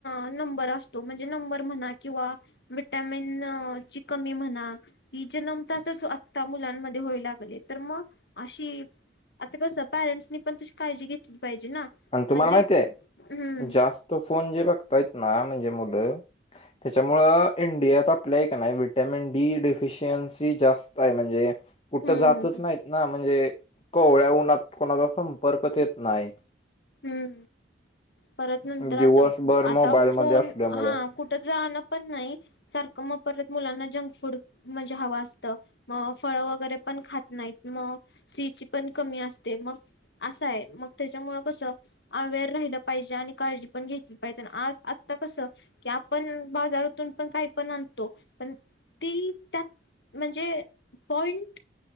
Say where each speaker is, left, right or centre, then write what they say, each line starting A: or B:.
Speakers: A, on the left; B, on the left.
A: अ नंबर असतो. म्हणजे नंबर म्हणा किंवा विटॅमिन ची कमी म्हणा ही जन्मताच आता मुलांमध्ये होऊ लागले तर म अशी आता पासना पेरेंट्सनी पण तशी काळजी घेतली पाहिजे ना.
B: आणि तुम्हाला
A: म्हणजे
B: माहिती ये
A: हम्म
B: जास्त फोन जे बघतायत ना म्हणजे मुलं त्याच्यामुळं इंडियात आपल्या हाय का नाय विटॅमिन डी डिफिशियन्सी जास्त हाय म्हणजे कुठं
A: हम्म
B: जातच नाहीत ना म्हणजे कोवळ्या उन्हात कोणाचा संपर्कच येत नाही.
A: हूं परत नंतर आता
B: दिवसभर
A: आता
B: मोबाईल
A: फोन
B: मध्ये असल्यामुळं
A: हं कुठ जाण पण नाही सारखं मग परत मुलांना जंक फूड म्हणजे हवं असतं. मग फळं वगैरे पण खात नाहीत मग शी ई ची पण कमी असते मग असं आहे मग त्याच्यामुळं कसं. अव्हेर राहिलं पाहिजे आणि काळजी पण घेतली पाहिजे आणि आज आत्ता कसं कि आपण बाजारातून पण काही पण आणतो पण ती त्यात म्हणजे पॉइंट